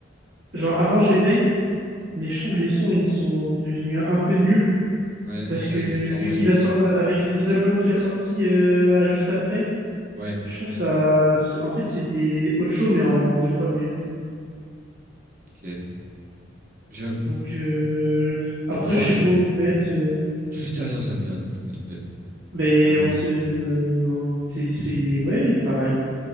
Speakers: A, on the right (about 75°); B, on the right (about 45°).
A: Genre, avant, j'aimais, mais je trouve les sons, ils sont devenus un peu nuls.
B: ouais,
A: Parce que
B: avec le temps,
A: vu
B: ouais.
A: qu'il a sorti avec les deux albums qu'il a sortis euh, à juste après,
B: Ouais,
A: je trouve ça, c'est- en fait c'était autre show mais en deux fois mieux.
B: ok, j'avoue.
A: Donc euh, après
B: Pour moi,
A: je
B: euh,
A: sais pas où le mettre, euh,
B: juste derrière Zamdan, moi, je mettrais.
A: mais
B: Parce que,
A: on se, euh, on- c'est c'est- ouais pareil.